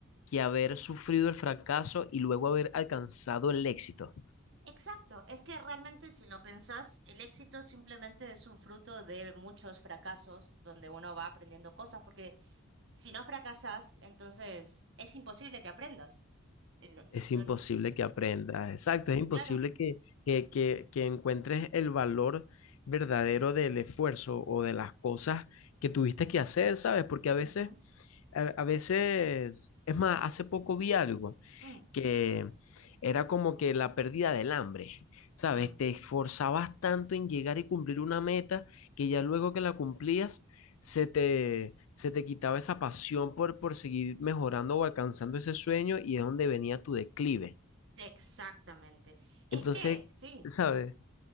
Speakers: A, on the left (about 80°); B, on the right (about 55°).
A: que haber sufrido el fracaso y luego haber alcanzado el éxito.
B: Exacto, es que realmente si lo pensás, el éxito simplemente es un fruto de muchos fracasos donde uno va aprendiendo cosas, porque si no fracasás, entonces es imposible que aprendas. Eh, no-
A: Es imposible
B: no-
A: que aprendas, exacto, es imposible
B: claro.
A: que, que, que, que encuentres el valor verdadero del esfuerzo o de las cosas que tuviste que hacer, ¿sabes? Porque a veces,
B: Ujú.
A: a, a veces, es más, hace poco vi algo.
B: Mm,
A: que era como que la pérdida del hambre, ¿sabes?
B: Ajá.
A: Te esforzabas tanto en llegar y cumplir una meta que ya luego que la cumplías, se te, se te quitaba esa pasión por, por seguir mejorando o alcanzando ese sueño y es donde venía tu declive.
B: Exactamente. Es
A: Entonces,
B: que, sí,
A: ¿sabes?